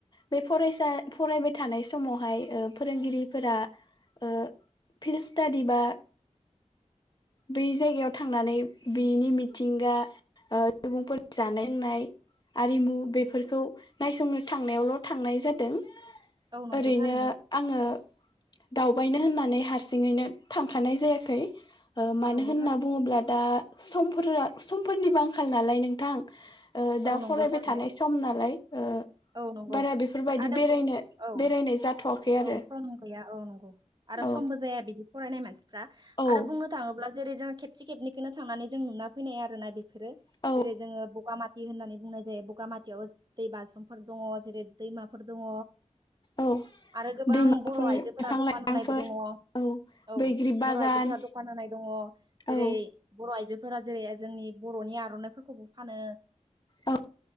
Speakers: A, on the left; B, on the right.
A: बे फरायसा फरायबाय थानाय समावहाय ओ फोरोंगिरिफोरा ओ फिलस्टादि बा बे जायगायाव थांनानै बेनि मिथिंगा ओ सुबुंफोर जानाय होनाय आरिमु बेफोरखौ नायसंनो थांनायावल' थांनाय जादों।
B: औ नंगौ
A: ओरैनो
B: थारैनो
A: आङो दाउ बायनो होननानै हारसिङैनो थांखानाय जायाखै। ओ मानो
B: औ नंगौ
A: होनना
B: थारैनो
A: बुङोब्ला दा समफोरा समफोरनिबो आंखाल नालाय नोंथां। ओ
B: औ
A: दा
B: नंगौ
A: फरायबाय
B: थारैनो
A: थानाय सम नालाय ओ
B: औ नंगौ
A: बारा बेफोरबायदि
B: आरो
A: बेरायनो
B: बुं औ
A: बेरायनाय जाथ'वाखै आरो
B: औ सम गैया औ नंगौ आरो
A: औ
B: समबो जाया बिदि फरायनाय मानसि फ्रा
A: औ
B: आरो बुंनो थाङोब्ला जेरै जों खेबसे खेबनखौनो थांनानै जों नुना फैनाय आरोना बे फोरो
A: औ
B: जेरै जोङो बगामाथि होननानै बुंनाय जायो बगामाथियाव दै बाज्रुमफोर दङ' जेरै दैमाफोर दङ'
A: औ
B: आरो गोबां
A: दैमाफोर
B: बर' आइजोफोरा
A: बिफां
B: दखान
A: लाइफांफोर
B: होनायबो दङ'
A: औ
B: औ
A: बैग्रि बागान
B: बर' आइजोफोरा दखान होनाय दङ' जेरै
A: औ
B: बर' आइजो फोरा जेरै जोंनि बर'नि आर'नाइफोरखौबो फानो
A: औ